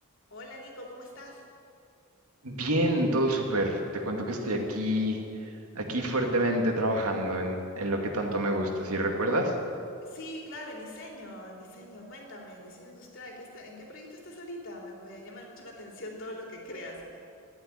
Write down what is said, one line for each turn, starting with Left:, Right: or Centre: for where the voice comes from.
Left: Hola Nico, ¿cómo estás?
Right: Bien, todo súper. Te cuento que estoy aquí, aquí fuertemente trabajando en, en lo que tanto me gusta. ¿Sí recuerdas?
Left: Sí, claro, en diseño, en diseño, cuéntame, en diseño industrial, ¿qué está- ¿en qué proyecto estás ahorita? Me, me llama mucho la atención todo lo que creas.